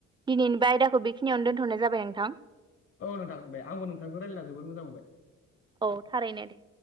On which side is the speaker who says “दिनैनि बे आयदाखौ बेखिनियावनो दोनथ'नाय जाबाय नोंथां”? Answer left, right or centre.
Right